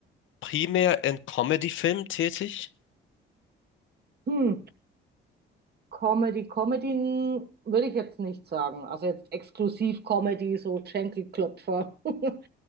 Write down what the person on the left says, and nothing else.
primär in Comedy-Filmen tätig?